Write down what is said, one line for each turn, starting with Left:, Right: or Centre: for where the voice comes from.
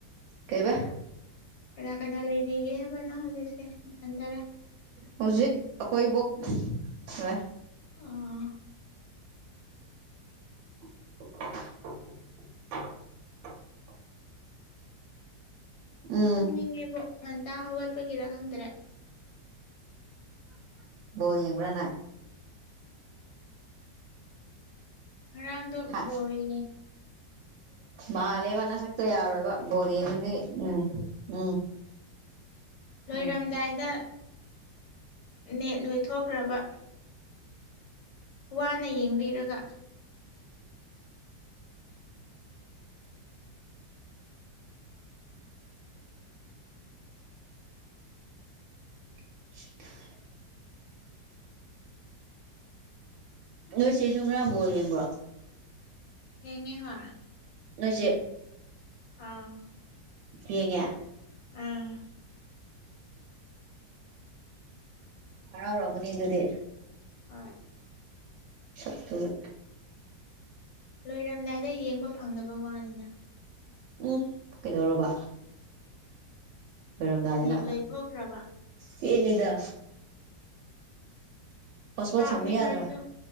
Right: ꯀꯩꯕ
Left: ꯀꯅꯥ ꯀꯅꯥ ꯂꯩꯔꯤ ꯂꯩꯔꯤꯌꯦ ꯍꯥꯏꯕ ꯅꯪ ꯅꯊꯟꯇꯔꯥ
Right: ꯍꯧꯖꯤꯛ ꯑꯩꯈꯣꯏꯕꯨ ꯂꯣꯏꯔꯦ
Left: ꯑꯥ
Right: <inaudible> ꯎꯝ
Left: ꯇꯨꯝꯅꯤꯡꯉꯦꯕꯣ ꯉꯟꯇ ꯍꯧꯒꯠꯄꯒꯤꯔ ꯈꯪꯗ꯭ꯔꯦ
Right: ꯕꯣꯜ ꯌꯦꯡꯕꯔꯥ ꯅꯪ
Left: ꯉꯔꯥꯡꯗꯣ
Right: ꯍꯥ
Left: ꯕꯣꯜ ꯌꯦꯡꯉꯦ
Right: ꯃꯥꯜꯂꯦꯕ ꯅꯁꯛꯇꯣ ꯌꯥꯔꯣꯏꯕ ꯕꯣꯜ ꯌꯦꯡꯉꯗꯤ ꯎꯝ ꯎꯝ
Left: ꯂꯣꯏꯔꯝꯗꯥꯏꯗ
Right: ꯎꯝ
Left: ꯅꯦꯠ ꯂꯣꯏꯊꯣꯛꯈ꯭ꯔꯕ ꯋꯥꯅ ꯌꯦꯡꯕꯤꯔꯒ
Right: <inaudible> ꯅꯣꯏ ꯆꯦꯁꯨ ꯉꯔꯥꯡ ꯕꯣꯜ ꯌꯦꯡꯕ꯭ꯔꯣ
Left: ꯌꯦꯡꯉꯦ ꯍꯣꯏ
Right: ꯅꯣꯏ ꯆꯦ
Left: ꯑꯥ
Right: ꯌꯦꯡꯉꯦ
Left: ꯑꯪ
Right: ꯍꯔꯥꯎ ꯔꯝꯃꯅꯤ ꯑꯗꯨꯗꯤ
Left: ꯍꯣꯏ
Right: ꯁꯛꯇꯨꯒ
Left: ꯂꯣꯏꯔꯝꯗꯥꯏꯗ ꯌꯦꯡꯕ ꯐꯪꯗꯕ ꯋꯥꯅꯤꯗ
Right: ꯎꯝ ꯀꯩꯗꯧꯔꯕ ꯂꯣꯏꯔꯝꯗꯥꯏꯗꯅ
Left: ꯅꯦꯠ ꯂꯣꯏꯊꯣꯛꯈ꯭ꯔꯕ
Right: ꯄꯦꯜꯂꯤꯗ ꯄꯥꯁꯄꯣꯔꯠ
Left: ꯀꯥꯞꯅꯤꯡꯉꯥꯏꯁꯨ
Right: ꯁꯝꯕ ꯌꯥꯗ꯭ꯔꯥ